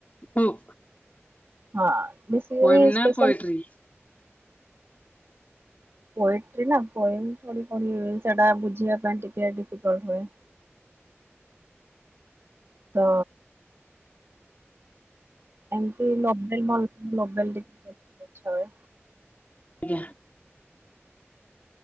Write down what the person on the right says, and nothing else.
ହଁ ବେସିକରି
ସ୍ପେସାଲ୍
ପୋଏଟ୍ରି ନା ପୋଏମ୍ ଥୋଡି ସେଇଟା ବୁଝିବା ପାଇଁ ଟିକେ ଡିଫିକଲ୍ଟ ହୁଏ। ତ ଏମତି ନୋବେଲ ଭଲ ନୋବେଲ ଟିକିଏ ଦେଖିବାକୁ ଇଚ୍ଛା ହୁଏ।